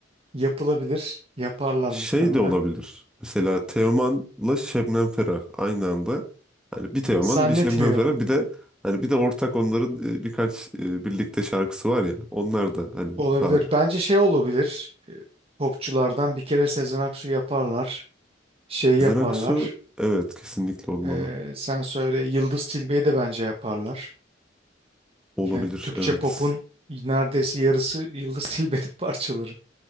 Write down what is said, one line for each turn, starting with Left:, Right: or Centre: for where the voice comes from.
Right: yapılabilir. Yaparlar
Centre: Şey
Right: muhtemelen.
Centre: de olabilir. Mesela Teoman'la Şebnem Ferah aynı anda. Hani bir Teoman,
Right: Zannetmiyorum.
Centre: bir Şebnem Ferah, bir de hani bir de ortak onların e, birkaç e, birlikte şarkısı var ya. Onlar da hani
Right: Olabilir.
Centre: ha.
Right: Bence şey olabilir. e, Popçulardan bir kere Sezen Aksu yaparlar. Şey yaparlar.
Centre: Sezen Aksu evet kesinlikle olmalı.
Right: Ee, sen söyle Yıldız Tilbe'yi de bence yaparlar.
Centre: Olabilir
Right: Yani Türkçe
Centre: evet.
Right: pop'un neredeyse yarısı Yıldız Tilbe'nin <laughs> parçaları.